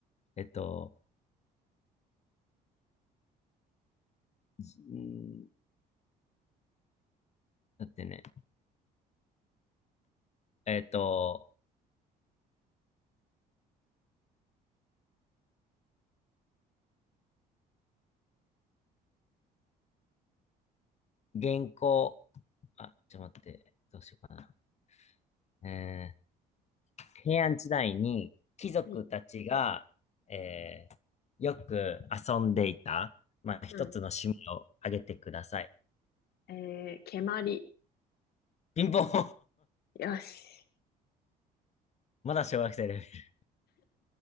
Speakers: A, on the left; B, on the left.
A: えっと、んー待ってね。えっと、原稿、あ、ちょっと待って、どうしようかな。えー、平安時代に貴族たちが、
B: はい。
A: えー、よく遊んでいた、まあ、一つの趣味を挙げてください。
B: うん。えー、蹴鞠。
A: ピンポン <laughs>
B: よし。
A: まだ小学生です。